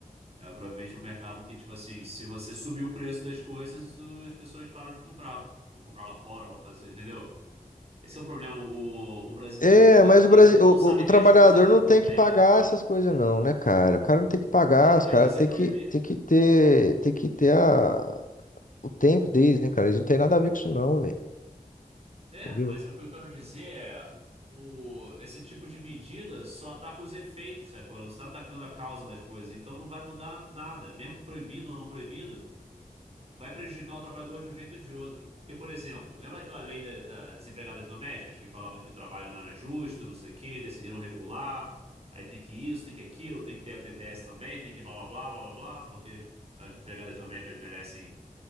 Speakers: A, on the right; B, on the left.
A: É provavelmente um mercado que, tipo assim, se você subir o preço das coisas, o- as pessoas param de comprar. Vão comprar lá fora, vão fazer, entendeu? Esse é o problema. O, o brasileiro,
B: É, mas
A: é, o Brasil,
B: o, Brasil,
A: ele
B: o,
A: não sabe
B: o- o
A: ver
B: trabalhador
A: as coisas do
B: não
A: problema,
B: tem que pagar
A: de fato.
B: essas coisas não, né, cara? O cara não tem que pagar,
A: É, mas
B: os caras
A: você
B: tem
A: proibiu.
B: que, tem que ter, tem que ter a, o tempo deles, né, cara? Eles não têm nada a ver com isso não, velho.
A: É,
B: Entendeu?
A: mas é o que eu quero dizer é o, esse tipo de medida só ataca os efeitos, sabe? Não está atacando a causa das coisas. Então não vai mudar nada, mesmo proibido ou não proibido. vai prejudicar o trabalhador de um jeito ou de outro. Porque, por exemplo, lembra aquela lei da- das empregadas domésticas que falava que o trabalho não era justo, não sei o quê, decidiram regular, aí tem que isso, tem que aquilo, tem que ter FGTS também, tem que blá blá blá blá blá, blá, porque as empregadas domésticas merecem